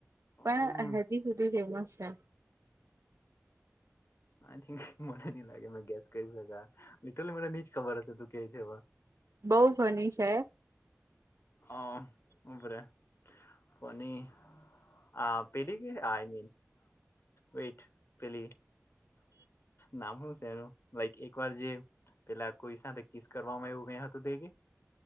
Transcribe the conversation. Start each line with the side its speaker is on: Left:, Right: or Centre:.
Right: પણ
Left: હમ
Right: હજી સુધી ફેમસ છે.
Left: આય થિક, મને લાગે ક શકાય લિટલી મને ની જ ખબર હશે તું કે છે પણ
Right: બહુ ફની છે.
Left: હા ઉપરે પણની આ પેલી, વેઇટ પેલી નામ શું છે એનું લાઈક એક વાર જે પેલા કોઈ સાથે કિસ કરવામાં આવુ <unintelligible> હતું દે કે